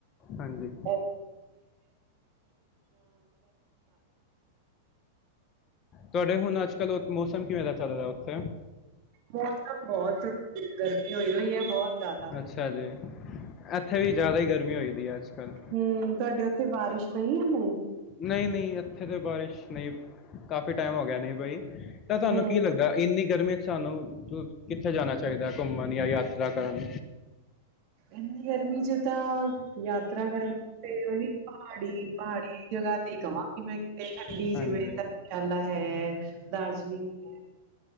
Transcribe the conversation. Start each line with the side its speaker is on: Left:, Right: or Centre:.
Left: ਹਾਂਜੀ
Right: ਅ।
Left: ਤੁਹਾਡੇ ਹੁਣ ਅੱਜ ਕੱਲ੍ਹ ਮੌਸਮ ਕਿਵੇਂ ਦਾ ਚੱਲ ਰਿਹਾ ਉੱਥੇ?
Right: ਮੌਸਮ ਬਹੁਤ ਗਰਮੀ ਹੋਈ ਹੋਈ ਹੈ ਬਹੁਤ।
Left: ਅੱਛਾ ਜੀ ਇੱਥੇ ਵੀ ਜ਼ਿਆਦਾ ਹੀ ਗਰਮੀ ਹੋਈ ਦੀ ਹੈ ਅੱਜ ਕੱਲ
Right: ਹਮ ਤੁਹਾਡੇ। ਬਾਰਿਸ਼ ਪਈ ਸੀ
Left: ਨਹੀਂ ਨਹੀਂ ਇੱਥੇ ਤੇ ਬਾਰਿਸ਼ ਨਹੀਂ ਕਾਫ਼ੀ ਟਾਈਮ ਹੋ ਗਿਆ ਨਹੀਂ ਪਈ ਤਾਂ ਤੁਹਾਨੂੰ
Right: ਹਮ
Left: ਕੀ ਲੱਗਦਾ ਇੰਨੀ ਗਰਮੀ ਚ ਸਾਨੂੰ ਕਿੱਥੇ ਜਾਣਾ ਚਾਹੀਦਾ ਘੁੰਮਣ ਜਾਂ ਯਾਤਰਾ ਕਰਨ
Right: ਇੰਨੀ ਗਰਮੀ ਚ ਤਾਂ ਯਾਤਰਾ ਕਰਨ ਤੇ ਉਹੀ ਪਹਾੜੀ ਪਹਾੜੀ ਜਗ੍ਹਾ ਤੇ ਹੀ ਕਹਾਂਗੀ ਮੈਂ ਤੇ ਠੰਡੀ
Left: ਹਾਂਜੀ
Right: ਜਿਵੇਂ ਧਰਮਸ਼ਾਲਾ ਹੈ ਦਾਰਜਲਿੰਗ ਹੈ